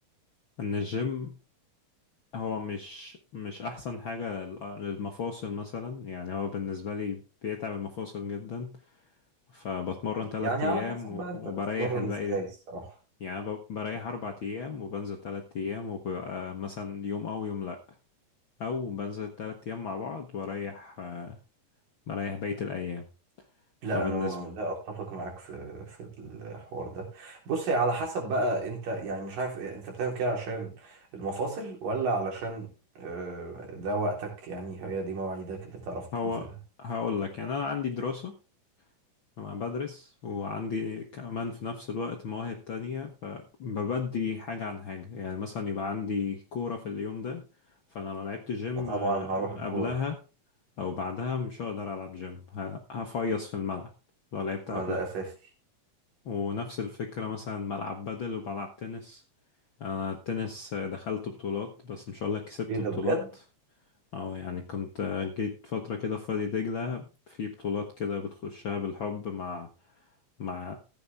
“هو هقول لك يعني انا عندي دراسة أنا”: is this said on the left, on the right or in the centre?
Left